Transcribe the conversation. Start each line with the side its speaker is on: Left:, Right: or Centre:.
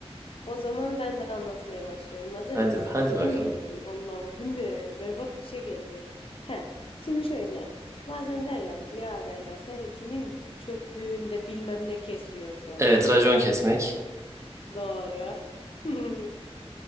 Left: O zaman ben de anlatmaya başlıyorum. Hazır
Right: hadi,
Left: mısın?
Right: hadi bakalım.
Left: Uy Allah'ım bu ne? Berbat bir şey geldi. He, şimdi şöyle. Bazen derler ki ya derler sen kimin çöplüğünde bilmem ne kesiyorsun.
Right: Evet, racon kesmek.
Left: Doğru. <laughs>